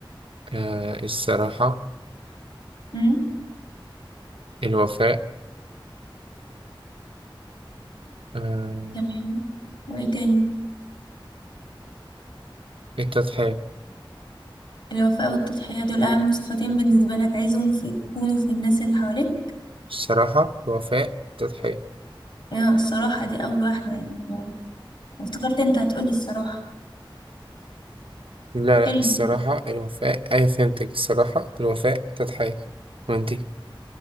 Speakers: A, on the right; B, on the left.
A: آه الصراحه
B: امم
A: الوفاء آه
B: تمام وايه تاني
A: التضحيه
B: الوفاء والتضحية دول اهم صفتين بالنسبة لك عايزهم في يكونوا في الناس اللي حواليك
A: الصراحه الوفاء التضحيه
B: آه، الصراحة دي اول واحدة يعني يعني افتكرت انت هتقولي الصراحة
A: لا لا
B: حلو
A: الصراحة الوفاء أيوة فهمتك الصراحة الوفاء تضحية وانتي